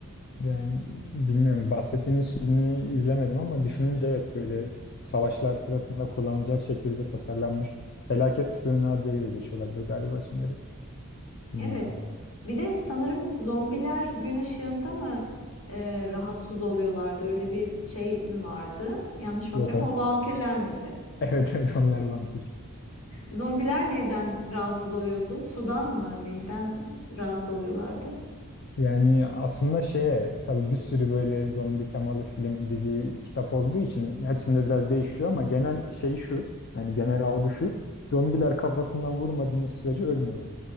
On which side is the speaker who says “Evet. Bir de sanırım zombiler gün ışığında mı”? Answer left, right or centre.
Left